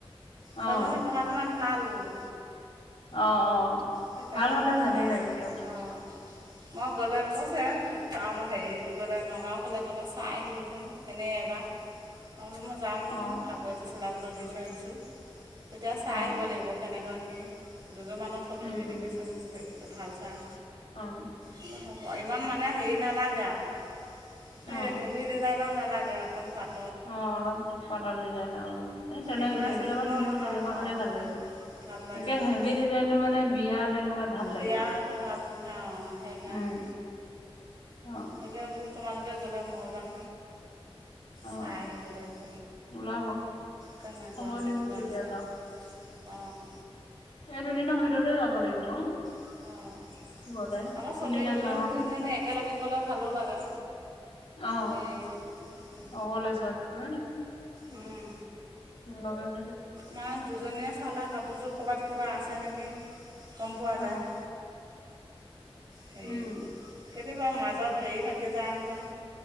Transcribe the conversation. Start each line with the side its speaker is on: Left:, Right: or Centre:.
Left: অ',
Right: ছোৱালীজনী পঢ়া শুনাত ভাল। বোলো
Left: অ'- অ'।
Right: সেই তাকে
Left: ভাল হ'লে
Right: বুলো
Left: ভালেই
Right: ল'ৰা,
Left: লাগে দিয়ক,
Right: অ'। মই গ'লে কৈছে টাউন হেৰিত গ'লে নগাঁও ফালে গ'লে চাই আহিবিচোন এনেই এবাৰ। <unintelligible> মই বোলো যাম
Left: অ',
Right: কাপোৰ এযোৰ চিলাবলৈ দি থৈ আহিছোঁ, তেতিয়া
Left: অ',
Right: চাই আহিব লাগিব কেনেকুৱা কি দুযোৰমানৰ ফটো
Left: উম,
Right: দি দিবিচোন
Left: উম,
Right: বুলি কৈছে ভাল চাই।
Left: অ'।
Right: বোলো হ'ব ইমান মানে হেৰি নালাগে আৰু
Left: অ'।
Right: এই হেভি ডিজাইনৰ নালাগে অকণ পাত
Left: অ', অলপ পাতল ডিজাইন আৰু, এ তেনে
Right: একেবাৰে
Left: সেইবিলাকত
Right: চিম্পুলো
Left: পিন্ধিব
Right: নহয়
Left: তেনেকুৱা
Right: অঁ
Left: হ'লে ভাল লাগে।
Right: ভাল লাগে
Left: এতিয়া
Right: তেতিয়া
Left: হেভি ডিজাইনটো মানে বিয়া তেনেকুৱাত ভাল লাগে
Right: বিয়া
Left: আৰু,
Right: সভাত পিন্ধা অ' সেইকাৰণে।
Left: উম, অ',
Right: তাকে বোলো তোমালোকে গ'লে মওঁ যাম।
Left: অ'।
Right: চাই আহিব লাগিব।
Left: ওলাব,
Right: কেনেকুৱা-কেনেকুৱা
Left: খবৰ দিম কেতিয়া
Right: আছে, অ'।
Left: এ দুদিনৰ ভি তে যাব লাগিব,
Right: অঁ
Left: গ'লে
Right: আকৌ চবেই
Left: কোনদিনা
Right: দুজনী
Left: যাও
Right: তিনিজনী একেলগে গ'লে ভালো লাগে।
Left: অ',
Right: হেৰি যে
Left: অকলে যোৱাতকৈ।
Right: উম।
Left: <unintelligible>
Right: মানে দুজনীয়ে চালে কাপোৰযোৰ ক'ৰবাত কিবা আছে নেকি গম পোৱা
Left: অ
Right: যায়। হেৰিত
Left: উম
Right: কেতিয়াবা মাজত হেৰি থাকি যায় নহয়।